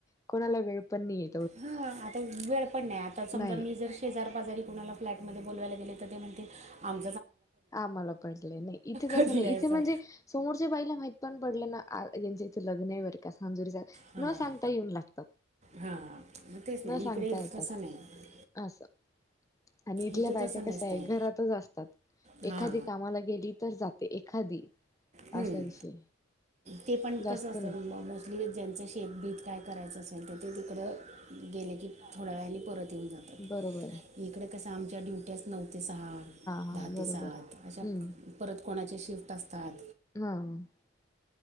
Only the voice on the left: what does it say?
कोणाला वेळ पण नाइय.
नाही
आम्हाला पडटलंय नाही इथे तसं
नाही
इथे म्हणजे समोरच्या बाईला माहि पण पडलं ना यांच्या इथं लग्न आहे बरं का समजुरी
न सांगता येऊन लागतात.
न
सांगता येतात
आस. आणि इतल्या
बायका
कस
आहे घरातच असतात
एखादी कामाला गेली तर जाते एखादी
असा विषय
जास्त
नाही
बरोबरय.
हा
बरोबर
आहे
हम्म
<unintelligible>